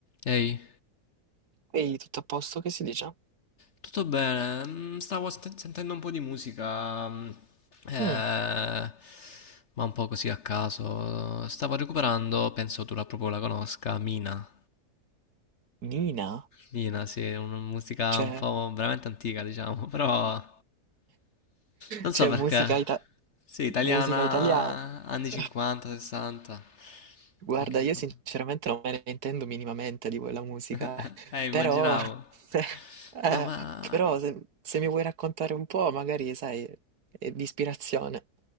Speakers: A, on the left; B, on the right.
A: Ehi,
B: Ehi, tutto a posto? Che si dice?
A: tutto bene? Mm, Stavo st- sentendo un po' di musica, mm, eh,
B: Mm,
A: ma un po' così a caso. Stavo recuperando, penso tu la proprio la conosca, Mina.
B: Nina,
A: Mina, sì, è una musica
B: c'è
A: un po' veramente antica, diciamo, <laughs> però non
B: c'è
A: so perché.
B: <laughs> musica, ita-
A: Sì, italiana
B: musica italiana.
A: anni
B: <laughs>
A: 50, 60,
B: Guarda,
A: anche un
B: io
A: po'.
B: sinceramente non me ne intendo minimamente di quella musica,
A: <laughs> Eh, immaginavo.
B: però, <laughs> se, eh,
A: No, ma
B: però se, se mi vuoi raccontare un po', magari, sai, è di ispirazione.